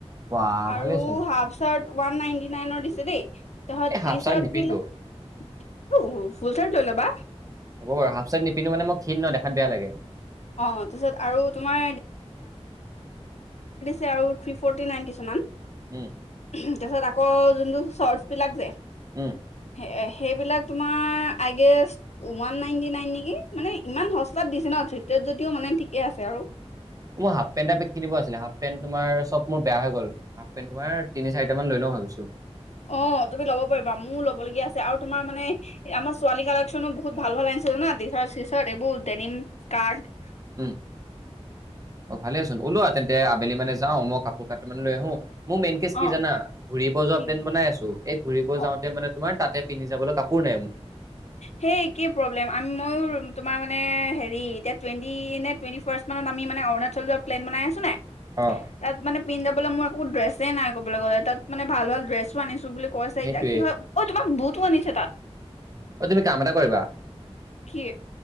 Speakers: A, on the right; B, on the left.
A: বাহ
B: আৰু
A: ভালেচোন
B: হাফ চাৰ্ট ওৱান নাইনটি নাইনৰ দি দেই। তহ
A: এই হাফ
B: তি চাৰ্ট
A: নিপিন্ধো
B: বিলাক ফুল চাৰ লৈ ল'বা
A: হ'ব বাৰু হাফ চাইট নিপিন্ধো মানে মই ক্ষীণ ন দেখাত বেয়া লাগে
B: অ তাৰপিছত আৰু তোমাৰ চাউ থ্ৰী ফৰ্টি নাইন কিছুমান তাৰপিছত
A: উম
B: আকৌ যোনটো চৰ্টছবিলাক যে
A: উম
B: এ সেইবিলাক তোমাৰ আই গে ওৱান নাইনটি নাইন ন কি মানে ইমান সস্তাত দিছে ন ত যদিও মানে ঠিকে আছে আৰু
A: মই হাফ পেণ্ এটা কিনিব আছিলে হাফ পেণ্ট তোমাৰ চব মোৰ বেয়া হৈ গ'ল হাফ পেণ্ট তোাৰ তিনি চাৰিট মান লৈ ন ভাবিছো
B: অ তুমি ল'ব পাৰিবা মোৰো ল'বলগীয়া আছে আৰু তোমাৰ মানে আমাৰ ছোৱালী কালেকশনো বহুত ভাল ভাল আনিছিলো নাৰ শিচাৰ এইবোৰ ডনিম কাৰ্ড
A: উম অ ভালে আচোন ওলোৱা তেন্তে আবেলি মানোও মই কাপোৰ কাপোৰ মানে লৈ আহো মোৰ মেইন কেজ
B: অ
A: কি জানা ঘুৰিব যোৱা
B: কি
A: প্লেনট বনাই আছো এই ঘূৰিব
B: অ
A: যাওঁতে মানে তোমাৰ তাতে পিন্ধি যাবলৈ কাপোৰ নাই মোৰ
B: সেই একেই প্ৰব্লেম আমি ময়ো তোমাৰ মানে হেৰি এতিয়া টুৱেণ্টি নে টুৱেণ্টি ফাৰ্ষ্ট মানত আমি মানে অৰুণাচল যত প্লেন বনাই আছো নাই
A: অ
B: তাত মানে পিন্ধাব মোৰ একো ড্ৰেছেই নাই কব গ'লে তাত মানে ভাল ভাল ড্ৰেছো আনিছো বুলি কৈছে
A: সেইটোয়ে
B: এতিয়া কি হয় অ তোমাৰ বু টো আনিছে তাত
A: অ তুমি কাম এটা কৰিবা
B: কি